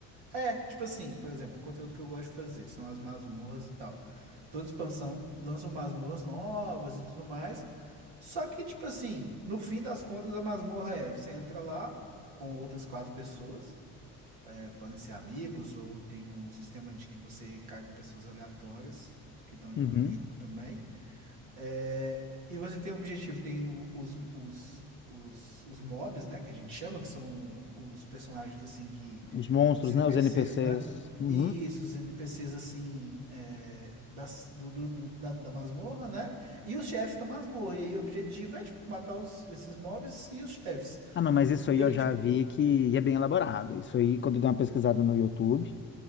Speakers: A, on the right (about 85°); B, on the left (about 30°).
A: É, tipo assim, por exemplo, o conteúdo que eu gosto de fazer são as masmorras e tal. Toda expansão lançam masmorras novas e tudo mais. Só que, tipo assim, no fim das contas, a masmorra é: você entra lá com outras quatro pessoas, é, podem ser amigos, ou tem um sistema de que você cai com pessoas aleatórias que estão jogando
B: Uhum.
A: o jogo também. É, e você tem o objetivo, tem o- os, os, os, os mobs, né? Que a gente chama, que são os personagens assim que.
B: Os monstros,
A: Os NPCs,
B: né? Os NPCs.
A: né?
B: Uhum.
A: Isso, os NPCs assim é, das, do, do- do- da, da masmorra, né? E os chefes da masmorra. E aí o objetivo é, tipo, matar os, esses mobs e os chefes.
B: Ah, não, mas isso
A: E
B: aí eu
A: aí,
B: já
A: tipo,
B: vi que é bem elaborado. Isso aí, quando eu dei uma pesquisada no YouTube,